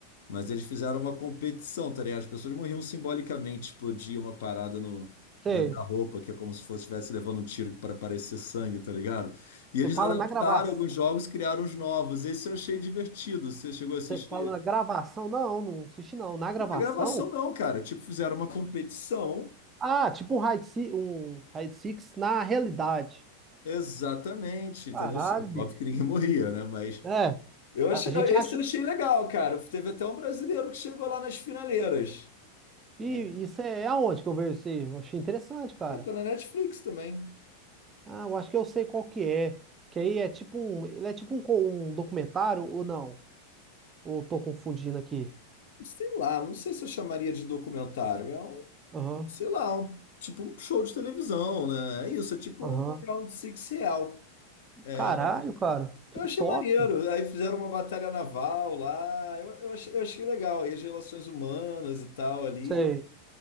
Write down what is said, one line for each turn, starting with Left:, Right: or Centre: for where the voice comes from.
Left: mas eles fizeram uma competição, tá ligado? As pessoas morriam simbolicamente, explodia uma parada no,
Right: Sei.
Left: dentro da roupa, que é como se fosse estivesse levando um tiro para parecer sangue, tá ligado? E eles
Right: Você fala
Left: adaptaram
Right: na gravação.
Left: alguns jogos, criaram os novos. Esse eu achei divertido. Você chegou a assistir?
Right: Você que fala na gravação? Não, não assisti não. Na gravação?
Left: Não é gravação, não, cara. Tipo, fizeram uma competição.
Right: Ah, tipo um Raid Six, um Raid Six na realidade.
Left: Exatamente, entendeu?
Right: Caralho,
Left: Sim,
Right: bicho.
Left: Óbvio que ninguém morria, né? Mas
Right: É,
Left: eu achei,
Right: a gente
Left: ah, esse
Right: acha.
Left: eu achei legal, cara. Teve até um brasileiro que chegou lá nas finaleiras.
Right: E
Left: É,
Right: isso é aonde que eu vejo isso aí? Eu achei interessante, cara.
Left: tá na Netflix também.
Right: Ah, eu acho que eu sei qual que é. Que aí é tipo um. Ele é tipo um, co- um documentário ou não? Ou eu tô confundindo aqui?
Left: Sei lá, não sei se eu chamaria de documentário. É um,
Right: Aham,
Left: sei lá, um- tipo um show de televisão, né? É isso, é tipo
Right: aham.
Left: um Round Six real. É,
Right: Caralho, cara. Que
Left: Eu achei
Right: top.
Left: maneiro. Aí fizeram uma batalha naval lá. Eu, eu achei, eu achei legal. E as relações humanas e tal ali.
Right: Sei.